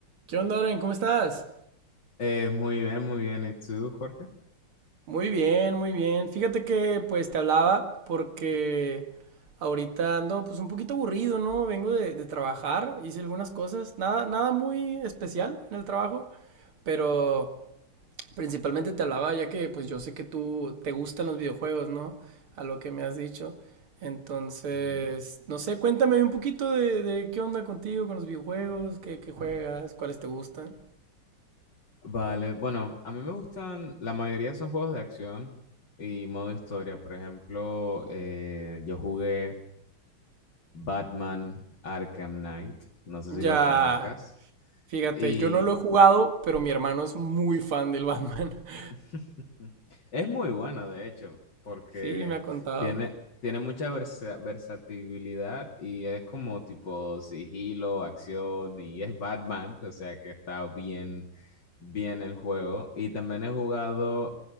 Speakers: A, on the right; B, on the left.
A: ¿Qué onda, Oren? ¿Cómo estás?
B: Eh, muy bien, muy bien. ¿Y tú, Jorge?
A: Muy bien, muy bien. Fíjate que pues te hablaba porque ahorita ando pues un poquito aburrido, ¿no? Vengo de, de trabajar, hice algunas cosas, nada, nada muy especial en el trabajo, pero principalmente te hablaba ya que pues yo sé que tú te gustan los videojuegos, ¿no? A lo que me has dicho. Entonces,
B: Ujú.
A: no sé, cuéntame un poquito de, de qué onda contigo, con los videojuegos, qué, qué juegas, cuáles te gustan.
B: Vale, bueno, a mí me gustan, la mayoría son juegos de acción y modo historia. Por ejemplo, eh, yo jugué Batman Arkham Knight, no sé
A: Ya.
B: si lo conozcas.
A: Fíjate,
B: Y
A: yo no lo he jugado, pero mi hermano es muy fan del Batman.
B: <laughs>
A: <laughs>
B: es muy bueno, de hecho, porque
A: Sí, me ha contado.
B: tiene, tiene mucha versa- versatilidad y es como tipo sigilo, acción y es Batman, o sea que está bien bien el juego. Y también he jugado